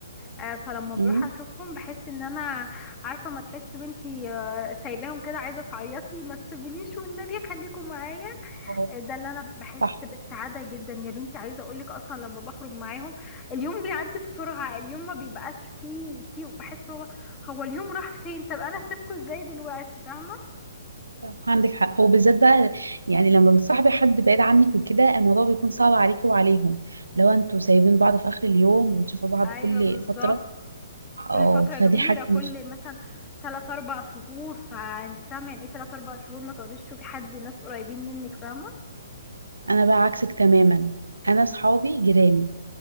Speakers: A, on the left; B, on the right.
A: آه فلما
B: مم.
A: بروح أشوفهم بحس إن أنا عارفة ما تحسي وانتي آه سايباهم كده عايزة تعيطي ما تسيبونيش والنبي خليكم معايا
B: أهو،
A: ده اللي انا بحس
B: صح
A: بالسعاده جدا يا بنتي عايزه اقولك اصلا لما بخرج معاهم اليوم بيعدي بسرعه اليوم ما بيبقاش فيه فيه بحس هو هو اليوم راح فين طب انا سيبكم ازاي دلوقتي فاهمه
B: صح، عندك حق وبالذات بقى يعني لما بتصاحبي حد بعيد عنك وكده الموضوع بيكون صعب عليك وعليهم لو انتوا سايبين بعض في اخر اليوم وتشوفوا بعض
A: ايوه
B: كل
A: بالظبط
B: فتره
A: كل
B: اه
A: فتره
B: فدي
A: كبيره
B: حاجه
A: كل
B: مش
A: مثلا 3 4 شهور فانت فاهمه يعني ايه 3 4 شهور ما تقعديش تشوفي حد ناس قريبين منك فاهمه
B: انا بقى عكسك تماما انا صحابي جيراني